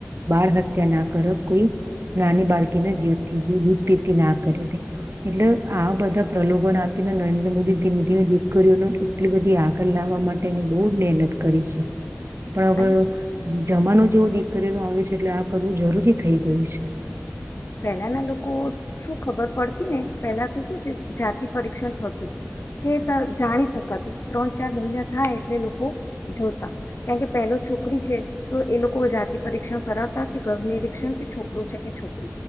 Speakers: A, on the right; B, on the left.
A: બાળ હત્યા ના કર કોઈ નાની બાળકીને જીવથી દીીતી ના કરીે એટલે આ બધા પ્રલોભન આપીને નરેન્દ્ર મોદી ધીમે ધીમે દીકરીઓ ન એટલી બધી આગળ લાવવા માટે બહુ જ મહેનત કરીશું. પણ હવે
B: અને
A: જમાનું જ જેવ દીકરીમાં આવે છે એટલે આ કરવું જરૂરી થઈ ગયું છે.
B: પેલાના લોકો શું ખબર પડતી ને પહેલા તો શું છે જાતિ પરીક્ષણ થતું કે જાણી શક ત્રણ ચાર મહિના હા એટલે લોકો જોતા કારણ કે પેલો છોકરી છે તો એ લોકો જાતી પરીક્ષા કરા ત કે ઘર્ નિરીક્ષણ છોકરો છે છોક